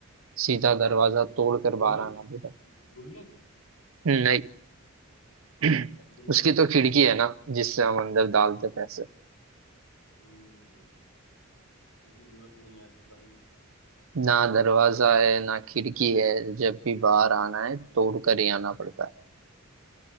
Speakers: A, on the right; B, on the left.
A: सीधा
B: दीवार
A: दरवाजा
B: तोड़नी पड़ती
A: तोड़
B: है।
A: कर
B: गुल्लक
A: बाहर आना पड़ता
B: गुल्लक
A: है? नहीं <clears throat>
B: अच्छा गुल्लक
A: उसकी
B: को भी
A: तो
B: तोड़ना
A: खिड़की
B: पड़ता
A: है ना
B: है
A: जिससे हम अंदर डालते पैसे
B: हम्म गुल्लक नहीं है भाई
A: ना
B: मतलब
A: दरवाजा है ना खिड़की है जब भी बाहर आना है तोड़ कर ही आना पड़ता है